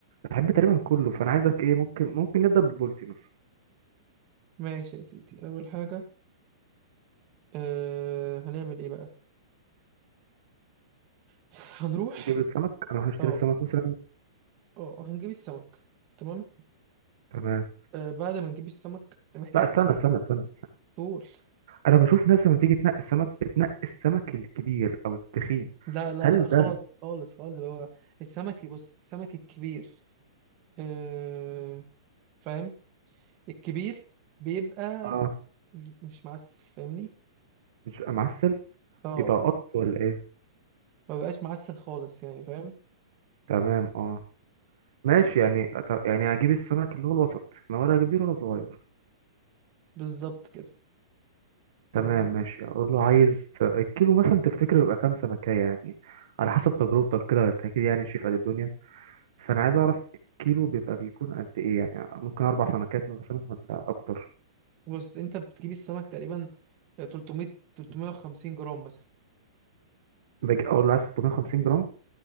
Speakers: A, on the right; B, on the right.
A: بحب تقريبا كله فانا عايزك ايه ممكن ممكن نبدا بالبولتي مثلا
B: ماشي يا سيدي اول حاجه أه هنعمل ايه بقى <laughs> هنروح
A: نجيب السمك انا هروح اشتري
B: أه
A: السمك مثلا
B: أه هنجيب السمك تمام
A: تمام
B: أه بعد ما نجيب السمك محتاج
A: لا استنى استنى استنى
B: طول
A: انا بشوف ناس لما تيجي تنقي السمك بتنقي السمك الكبير او التخين
B: لا لا
A: هل
B: لا خالص
A: ده
B: خالص خالص هو السمك بص السمك الكبير آه فاهم الكبير بيبقى
A: اه
B: مش معسل فاهمني
A: مش بيبقى معسل
B: اه
A: يبقى قص ولا ايه
B: ما بيبقاش معسل خالص يعني فاهم
A: تمام اه ماشي يعني ط- يعني هجيب السمك اللي هو الوسط ما ولا كبير ولا صغير
B: بالظبط كده
A: تمام
B: فاهمني
A: ماشي اقول له عايز الكيلو مثلا تفتكر بيبقى كام سمكية يعني على حسب تجربتك كده انت اكيد يعني شايف قد الدنيا فانا عايز اعرف الكيلو بيبقى بيكون قد ايه يعني ممكن اربع سمكات مثلا ولا اكتر
B: بص انت بتجيب السمك تقريبا 300 350 جرام مثلا
A: باجي اقول له عايز 350 جرام